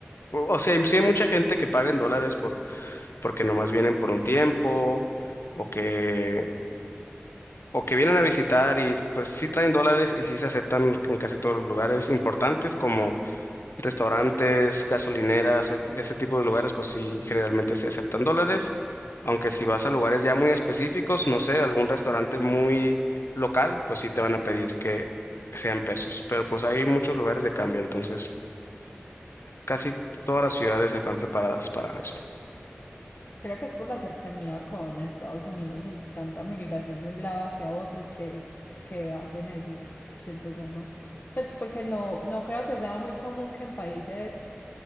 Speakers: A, on the left; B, on the left.
A: o o sea, sí hay mucha gente que paga en dólares por, porque nomás vienen por un tiempo o que, o que vienen a visitar y pues sí traen dólares y sí se aceptan en casi todos los lugares importantes como restaurantes, gasolineras, ese, ese tipo de lugares, pues sí, generalmente se aceptan dólares, aunque si vas a lugares ya muy específicos, no sé, algún restaurante muy local, pues sí te van a pedir que sean pesos, pero pues hay muchos lugares de cambio, entonces casi todas las ciudades están preparadas para eso.
B: Creo que es por la cercanía con Estados Unidos y tanta migración de un lado hacia otro que, que hacen eso, siento yo, ¿no? Pues porque no, no creo que sea muy común que en países,